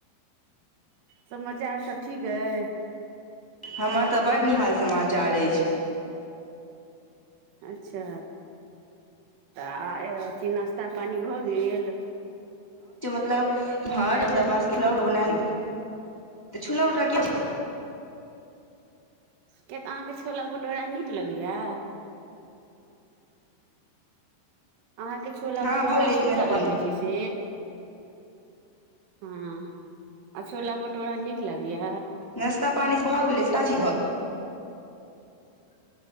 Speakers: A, on the right; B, in the centre.
A: समाचार सभ ठीक अइ
B: हमर तऽ बड नीक हाल समाचार अछि
A: अच्छा तऽ आय की नश्ता पानी भऽ गेल
B: त मतलब मान्छ कि लोल बनाएल छुलें रहा किछो <inaudible>
A: किय तऽ अहाँके छोला भटोरा नीक लगैया अहाँके छोला
B: हँ
A: भूटोरा
B: भऽ गेलै
A: सुन्दर
B: कि नास्ता पानी
A: लगै छै से हँ आ छोला भटोरा नीक लगया
B: नाश्ता पानी भऽ गेलै सबटा चीज भ गेलै